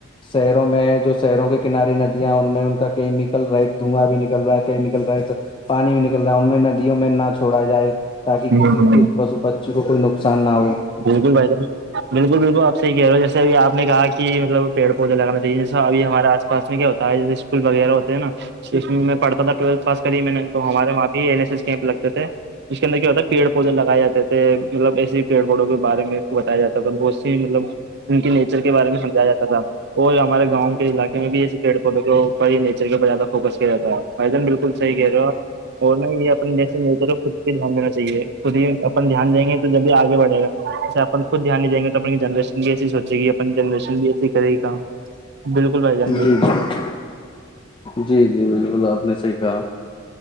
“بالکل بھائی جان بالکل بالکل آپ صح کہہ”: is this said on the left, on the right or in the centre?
Right